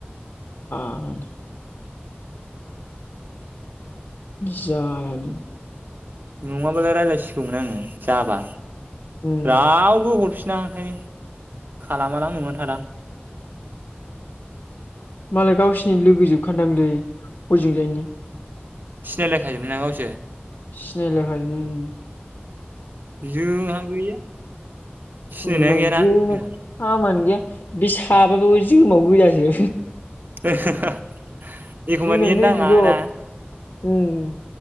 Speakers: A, on the left; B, on the right.
A: <unintelligible> जायालै
B: नङाबालाय <unintelligible> आङो जाबा
A: उम
B: रावबो हरफिन -फिना ओंखायनो खालामालां नंनानै थादां
A: मालाय गावसिनि लोगोजोबखादांलै हजोंजायनि
B: सिनायलायखाजोबो ना गावसो
A: सिनायलायबाय ओं
B: जोंहा गैया
A: <unintelligible>
B: सिनायनायानो गैयाना जोंहा
A: बे साबाबाबो जोमाव गोजासो
B: हा हा हा इखमबा
A: जोंना
B: नेथ
A: नैबेल'
B: नाङा ना
A: उम